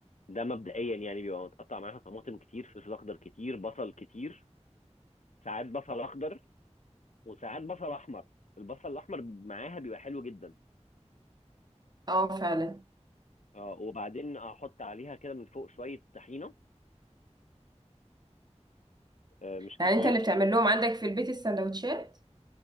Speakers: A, on the left; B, on the right.
A: ده مبدئيا يعني بيبقى متقطع معاها طماطم كتير فلفل اخضر كتير بصل كتير ساعات بصل اخضر وساعات بصل احمر البصل الاحمر معاها بيبقى حلو جدا
B: اه فعلا
A: اه وبعدين احط عليها كده من فوق شويه طحينه آه، مش كتير
B: يعني انت اللي بتعمل لهم عندك في البيت السندوتشات